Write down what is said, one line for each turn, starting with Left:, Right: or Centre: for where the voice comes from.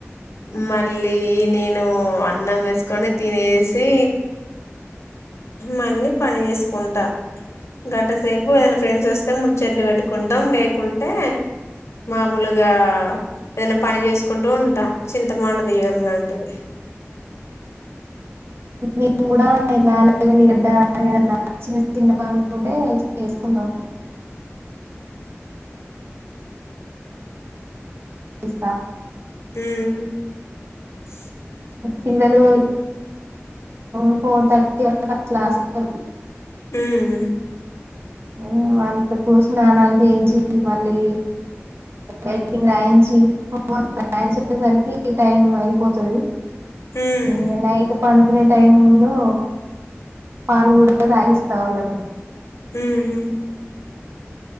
Left: మళ్ళీ నేనూ అన్నం వేసుకొని తినేసి మళ్ళీ పని చేసుకుంటా. గంటసేపు ఏదైనా ఫ్రెండ్స్ వస్తే ముచ్చట్లు పెట్టుకుంటాం, లేకుంటే మామూలుగా ఏదన పని చేసుకుంటూ ఉంటా చింతపండు తియడం లాంటిది.
Right: మేము కూడా ఇట్ల అలం ఎల్లిగడ్డ ఏదన్నా చిన్న చిన్న పనులు ఉంటే చేసుకుంటాం. <inaudible>
Left: మ్మూ
Right: పిల్లలు <inaudible> ఫోర్ థర్టీ వరకు అట్లా అస్తరు
Left: హ్మ్
Right: మ్మ్ వాళ్ళకు స్నానాలు చేయించి మళ్ళీ రైటింగ్ రాయించి, హోం వర్క్ రాయించేసరికి టైం అయిపోతది.
Left: ఉమ్
Right: ఇంగ నైట్ పండుకునే టైంలో పాలు కూడా తాగిస్తా వాళ్ళకు.
Left: హ్మ్ హు